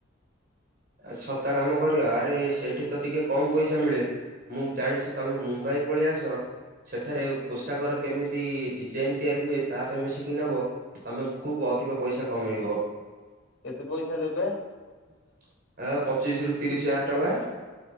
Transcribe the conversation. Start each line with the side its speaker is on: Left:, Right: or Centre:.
Right: ଆ ଛତା କାମ କରିବ ଆରେ ସେଇଠି ତ ଟିକେ କମ୍ ପଇସା ମିଳେ। ମୁଁ ଜାଣିଛି ତମେ ମୁମ୍ବାଇ ପଳେଇଆସ ସେଠାରେ ପୋଷାକର କେମିତି ଡିଜାଇନ୍ ତିଆରି ହୁଏ ତାହା ତମେ ଶିିକି ନବ ତମେ ଖୁବ୍ ଅଧିକ ପଇସା କମେଇବ।
Left: କେତେ ପଇସା ଦେବେ?
Right: <unintelligible> ଆ ପଚିଶି ରୁ ତିରିଶି ହଜାର ଟଙ୍କା।